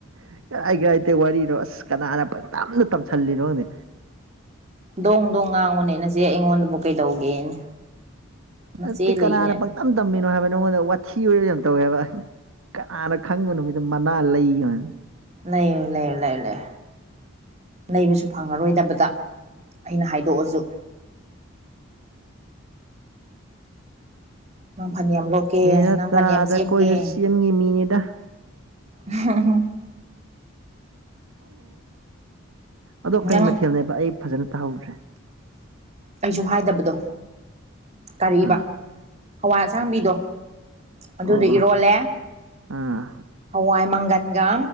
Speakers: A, on the right; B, on the right.
A: ꯍꯦ ꯀꯥꯏ ꯀꯥꯏ ꯋꯥꯔꯤ ꯅ ꯀꯅꯥꯅ ꯇꯝꯅ ꯇꯝꯁꯤꯜꯂꯤꯅꯣ ꯈꯪꯗꯤ
B: ꯗꯣꯡꯗꯣ ꯉꯥꯡꯉꯨꯅꯦꯅꯆꯦ ꯑꯩꯉꯣꯟꯗꯕꯨ ꯀꯩꯗꯧꯒꯦꯅꯦ ꯅꯆꯦ
A: ꯅꯠꯇ
B: ꯂꯩꯅꯦ
A: ꯀꯅꯥꯅ ꯄꯪꯇꯝ ꯇꯝꯃꯤꯅꯣ ꯍꯥꯏꯕ ꯅꯪꯉꯣꯟꯗ ꯋꯥꯊꯤ ꯑꯣꯏꯔ ꯌꯥꯝ ꯇꯧꯋꯦ ꯍꯥꯏꯕ ꯀꯅꯥꯅ ꯈꯪꯕ ꯅꯨꯃꯤꯠꯇ ꯃꯅꯥ ꯂꯩ ꯍꯥꯏ
B: ꯂꯩ ꯂꯩ ꯂꯩ ꯂꯩ ꯅꯩꯕꯁꯨ ꯐꯪꯉꯔꯣꯏꯗꯕꯗ ꯑꯩꯅ ꯍꯥꯏꯗꯣꯛꯑꯁꯨ ꯅꯪ ꯐꯅꯦꯛ ꯌꯥꯝ ꯂꯣꯠꯀꯦ
A: ꯍꯦꯔ
B: ꯅꯪ
A: ꯇꯥꯗ
B: ꯐꯅꯦꯛ ꯌꯥꯝ ꯆ ꯆꯦꯟꯒꯦ
A: ꯑꯩꯈꯣꯏꯁꯨ ꯁꯦꯝꯒꯤ ꯃꯤꯅꯤꯗ
B: ꯎꯝꯝ
A: ꯑꯗꯣ ꯀꯩ
B: ꯅꯪ
A: ꯃꯊꯦꯜꯅꯦꯕ ꯑꯩ ꯐꯖꯅ ꯇꯥꯍꯧꯗ꯭ꯔꯦ
B: ꯑꯩꯁꯨ ꯍꯥꯏꯗꯕꯗꯣ ꯀꯕ
A: ꯑꯥ
B: ꯍꯋꯥꯏ ꯑꯁꯥꯡꯕꯤꯗꯣ ꯑꯗꯨꯗ
A: ꯑꯣ ꯑꯣ
B: ꯏꯔꯣꯜꯂꯦ
A: ꯑꯥ
B: ꯍꯋꯥꯏ ꯃꯪꯒꯟꯒ